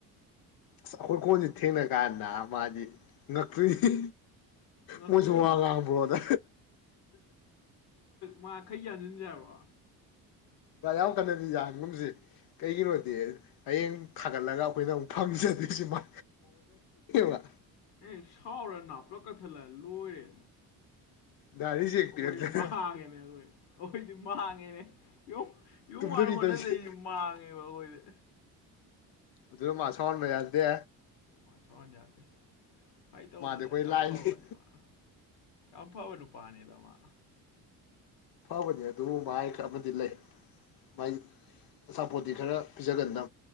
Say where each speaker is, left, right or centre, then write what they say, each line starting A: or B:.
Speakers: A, on the left (about 65°); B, on the left (about 80°).
A: ꯑꯁ ꯑꯩꯈꯣꯏ ꯀꯣꯟꯁꯦ ꯊꯦꯡꯅ ꯀꯥꯟꯗ ꯃꯥꯗꯤ ꯉꯛꯈꯔꯤ
B: ꯉꯛꯇꯣꯏ
A: ꯃꯣꯏꯁꯨ ꯋꯥ ꯉꯥꯡꯕ꯭ꯔꯣꯗ
B: ꯃꯥꯈꯩ ꯌꯥꯥꯁꯤꯟꯁꯕꯣ
A: ꯌꯥ ꯀꯗꯗꯤ ꯌꯥꯒ ꯨꯝꯁꯦ ꯀꯩꯒꯤꯅꯣꯗꯤ ꯍꯌꯦꯡ ꯊꯥꯒꯠꯂꯒ ꯑꯩꯈꯣꯏꯅ ꯑꯃꯨꯛ ꯐꯝꯁꯦ ꯑꯗꯨꯉ ꯕ
B: ꯑꯦ ꯁꯥꯎꯔꯦ ꯅꯥ ꯄꯨꯂꯞ ꯀꯛꯊꯠꯂꯦ ꯂꯣꯏꯔꯦ
A: ꯗꯥꯏꯔꯤ ꯆꯦꯛ
B: ꯑꯩꯣꯏ
A: ꯄꯤꯔꯛꯇꯅ
B: ꯒꯦꯅꯦꯣꯏ ꯑꯩꯈꯣꯏꯗꯤ ꯃꯥꯡꯉꯦꯅꯦ ꯌꯨꯝ ꯌꯨꯝ
A: ꯇꯨꯝꯗꯕꯤ
B: ꯃꯥꯅ ꯍꯣꯠꯅꯖꯩꯁ
A: ꯇꯧꯔꯤꯁꯦ
B: ꯃꯥꯡꯉꯦꯕ ꯑꯩꯈꯣꯏꯗ
A: ꯑꯗꯨ ꯃꯥ ꯑꯁꯣꯟꯕ ꯌꯥꯗꯦ
B: ꯋꯥ ꯁ ꯌꯥꯗꯤ ꯐꯥꯏ ꯇ
A: ꯃꯥꯗꯤ
B: ꯍꯅꯤ
A: ꯑꯩꯈꯣꯏ
B: ꯊ ꯌꯥꯝ
A: ꯂꯥꯏꯅꯤ
B: ꯑꯐꯥꯎꯅꯦ ꯃꯥ ꯑ ꯐꯥꯎꯋꯅꯨ ꯄꯥꯅꯤꯗꯃ
A: ꯐꯕꯅꯤ ꯑꯗꯨ ꯃꯥꯏ ꯈ ꯑꯃꯗꯤ ꯂꯩ ꯃꯥꯏ ꯑꯁꯄꯣꯔꯠꯇꯤ ꯈꯔ ꯄꯤꯖꯒꯟꯗ